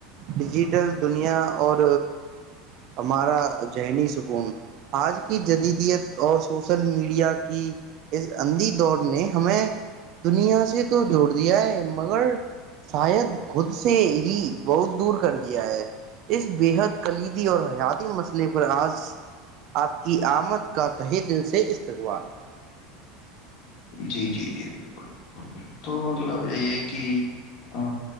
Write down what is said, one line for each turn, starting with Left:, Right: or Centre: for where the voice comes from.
Right: ڈیجیٹل دنیا اور ہمارا ذہنی سکون آج کی جدیدیت اور سوشل میڈیا کی اس اندھی دور نے ہمیں دنیا سے تو جوڑ دیا ہے مگر شاید خود سے ہی بہت دور کر دیا ہے اس بےحد کلیدی اور حیاتی مسئلے پر آج آپ کی آمد کا تہے دل سے استقبال
Left: جی جی جی بالکل بالکل تو مطلب یہ ہے کہ ا